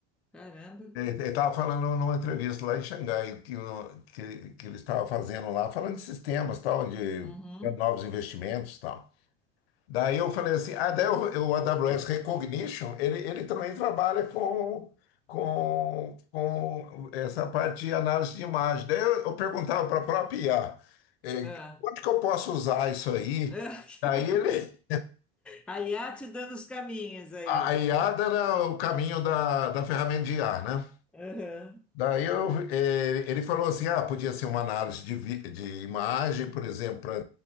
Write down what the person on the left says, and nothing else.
Ele estava falando numa entrevista lá em Xangai, que, no- que, que ele estava fazendo lá, falando de sistemas, tal, de
novos investimentos, tal. Daí eu falei assim, ah, daí o, o AWS Recognition, ele, ele também trabalha com, com, com essa parte de análise de imagem. Daí eu, eu perguntava para a própria IA, eh,
onde que eu posso usar isso aí?
Daí ele,
a I a IA era o caminho da, da ferramenta de IA, né?
Daí eu, eh, ele falou assim, ah, podia ser uma análise de, vi- de imagem, por exemplo, para